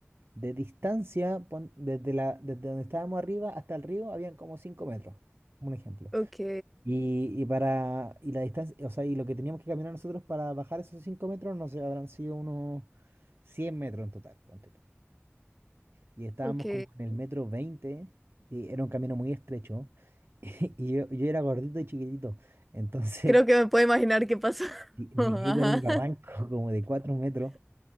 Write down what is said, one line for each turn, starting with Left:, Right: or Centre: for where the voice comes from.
Right: de distancia, pon- desde la, desde donde estábamos arriba hasta el río habían como 5 metros, un ejemplo.
Centre: ok,
Right: Y, y para, y la distancia, o sea, y lo que teníamos que caminar nosotros para bajar esos 5 metros, no sé, habrán sido unos 100 metros en total, ponte tú. Y estábamos
Centre: ok.
Right: como en el metro 20 y era un camino muy estrecho, <laughs> y yo, yo era gordito y chiquitito, entonces
Centre: Creo que me puedo imaginar qué pasó. <laughs>
Right: y me
Centre: Ajá.
Right: caí por el barranco <laughs> como de 4 metros,